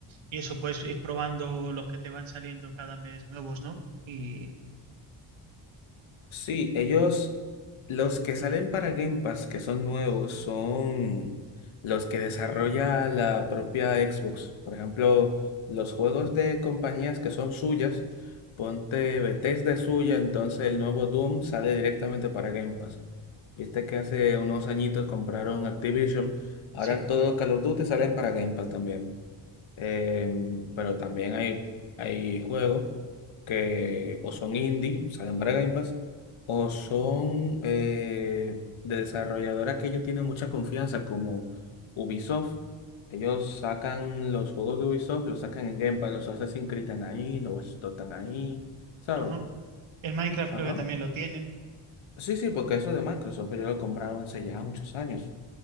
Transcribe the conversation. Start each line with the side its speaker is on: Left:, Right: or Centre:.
Right: y eso, puedes ir probando los que te van saliendo cada mes nuevos, ¿no? Y
Left: Sí, ellos, los que salen para Game Pass, que son nuevos, son los que desarrolla la propia Xbox. Por ejemplo, los juegos de compañías que son suyas, ponte Bethesda es suya, entonces el nuevo Doom sale directamente para Game Pass. Viste que hace unos añitos compraron Activision, ahora
Right: sí,
Left: todo Call of Duty salen para Game Pass también. Em, pero también hay, hay juegos que o son indie, salen para Game Pass o son eh, de desarrolladoras que ellos tienen mucha confianza, como Ubisoft. Ellos sacan los juegos de Ubisoft, los sacan en Game Pass, los Assassin's Creed están ahí, los Watch Dogs están ahí, ¿sabes?
Right: ajá. El Minecraft
Left: Ajá.
Right: creo que también lo tienen.
Left: Sí, sí, porque eso de Microsoft ellos lo compraron hace ya muchos años.